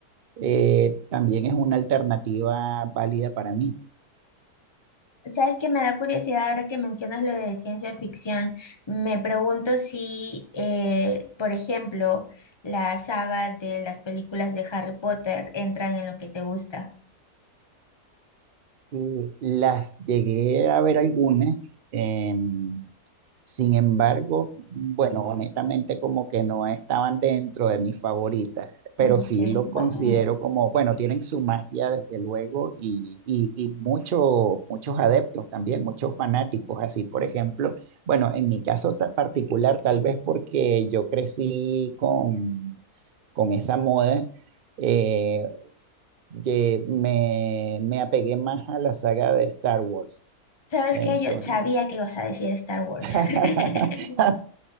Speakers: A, on the right; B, on the left.
A: eh, también es una alternativa válida para mí.
B: Sabes que me da curiosidad ahora que mencionas lo de ciencia ficción. Me pregunto si, eh, por ejemplo, la saga de las películas de Harry Potter entran en lo que te gusta.
A: Eh, las llegué a ver algunas, em, sin embargo, bueno, honestamente como que no estaban dentro de mis favoritas, pero
B: Mm,
A: sí
B: ok.
A: lo considero
B: Bu- mm,
A: como, bueno, tienen su magia desde luego y, y, y muchos, muchos adeptos también, muchos fanáticos, así por ejemplo, bueno, en mi caso ta- particular, tal vez porque yo crecí con, con esa moda. eh, que me, me apegué más a la saga de Star Wars.
B: ¿Sabes
A: Entonces,
B: qué? Yo sabía que ibas a decir Star Wars.
A: <laughs>
B: <laughs>